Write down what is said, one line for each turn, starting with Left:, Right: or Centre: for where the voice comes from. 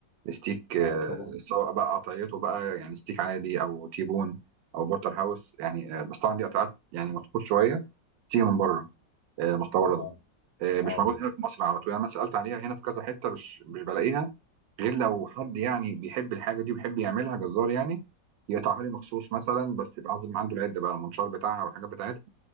Right: ستيك
Left: اه
Right: آه،
Left: طبعا
Right: سواء بقى قطعيته بقى يعني ستيك عادي او تيبون او بورتر هاوس يعني آه، بس طبعا دي قطعات يعني مطفوط شويه تيجي من بره آه، مستورده
Left: اه
Right: آه، مش
Left: اه
Right: موجود
Left: بالظبط
Right: هنا في مصر على طول يعني انا سالت عليها هنا في كذا حته مش مش بلاقيها غير لو حد يعني بيحب الحاجه دي وبيحب يعملها جزار يعني يقطعها لي مخصوص مثلا بس يبقى عازم عنده العده بقى المنشار بتاعها والحاجات بتاعتها